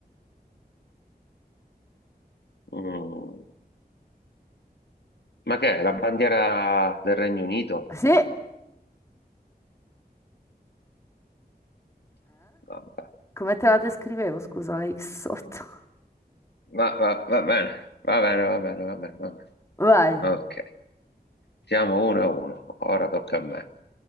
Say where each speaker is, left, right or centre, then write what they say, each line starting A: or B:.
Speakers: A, on the left; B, on the left.
A: Mm, Ma che è? La bandiera del Regno Unito?
B: Sì, eh?
A: Vabbè.
B: Come te la descrivevo, scusa, la X sotto.
A: Va, va, va bene, va bene, va bene, va bene. va bene.
B: <laughs> Vai.
A: Ok, siamo uno a uno, ora tocca a me.